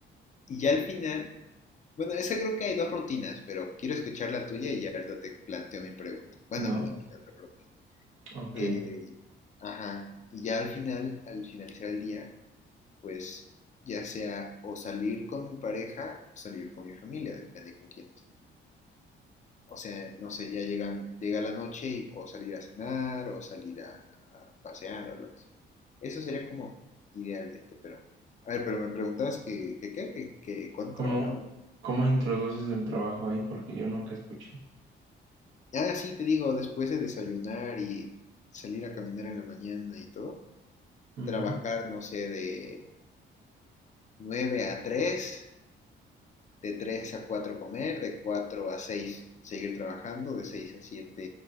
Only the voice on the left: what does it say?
Y ya al final, bueno, esa creo que hay dos rutinas, pero quiero escuchar la tuya y ya ahorita te planteo mi pregunta. Bueno,
mi, mi otra propuesta.
Eh, ajá. Y ya al final, al finalizar el día, pues ya sea o salir con mi pareja o salir con mi familia, depende con quién esté. O sea, no sé, ya llegan, llega la noche y o salir a cenar o salir a, a pasear o lo que sea. Eso sería como idealmente, pero... A ver, pero me preguntabas que, que, qué, que, que cuándo
trabajaba.
Ah, sí, te digo, después de desayunar y salir a caminar en la mañana y todo,
trabajar, no sé, de nueve a tres de 3 a 4 comer, de 4 a 6 seguir trabajando, de 6 a 7